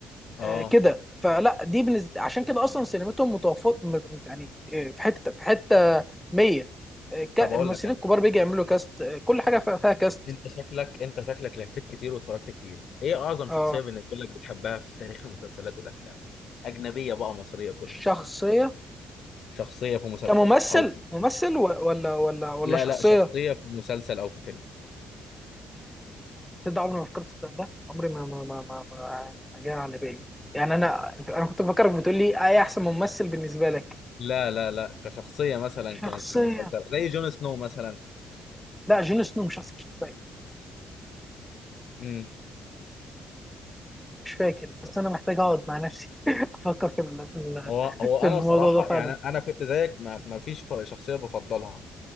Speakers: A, on the left; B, in the centre.
A: اه
B: آه كده فلا دي بالنسبة عشان كده اصلا سينمتهم متوفر م- يعني آه، في حته في حته 100 آه، ك-
A: طب
B: الممثلين
A: اقول لك
B: الكبار بيجي يعملوا كاست آه، كل حاجه فيها فيها كاست
A: انت شكلك انت شكلك لفيت كتير واتفرجت كتير ايه اعظم
B: اه
A: شخصية بالنسبة لك بتحبها في تاريخ المسلسلات والافلام اجنبية بقى مصرية كله
B: شخصيه
A: شخصية في مسلسل
B: كممثل
A: او في
B: ممثل
A: فيلم
B: و- ولا ولا ولا
A: لا
B: شخصيه
A: لا شخصية في مسلسل او في فيلم
B: تبدأ عمري ما فكرت في ده عمري ما ما ما ما, ما ما جاء على بالي يعني انا انت انا كنت بفكرك بتقول لي آه، ايه احسن ممثل بالنسبه لك
A: لا لا لا كشخصية مثلا
B: شخصيه
A: كانت في مسلسل زي جون سنو مثلا
B: لا جون سنو مش احسن شخصيه اكيد
A: امم
B: مش فاكر بس انا محتاج اقعد مع نفسي <laughs> افكر في ال- في ال-
A: هو هو
B: في الموضوع
A: انا بصراحة
B: ده فعلا
A: يعني انا كنت زيك ما, ما فيش ف- شخصية بفضلها